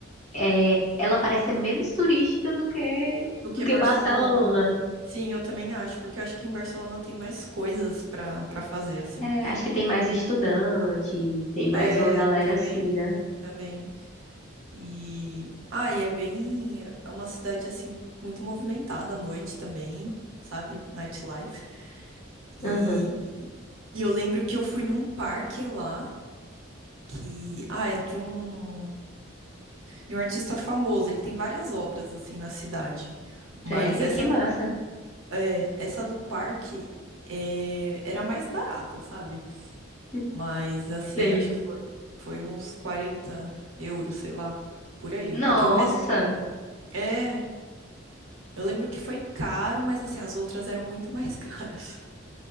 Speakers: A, on the left; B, on the right.
A: é, ela parece ser menos turística do que,
B: do que
A: do que
B: Barcelona.
A: Barcelona.
B: Sim, eu também acho, porque eu acho que em Barcelona tem mais coisas pra para fazer assim.
A: É, acho que tem mais estudante, tem mais
B: É,
A: uma galera
B: também,
A: assim, né?
B: também. E ah, e é bem, é uma cidade assim muito movimentada à noite também, sabe? Nightlife. E
A: Aham.
B: e eu lembro que eu fui num parque lá que ah, é de um De um artista famoso, ele tem várias obras assim na cidade, mas
A: Sério,
B: essa
A: que massa.
B: é, essa do parque é, era mais barata, sabe?
A: <laughs>
B: Mas assim,
A: Sei.
B: eu acho que foi foi uns quarenta euros, sei lá, por aí,
A: Nossa!
B: porque o resto é, eu lembro que foi caro, mas assim as outras eram muito mais <laughs> caras.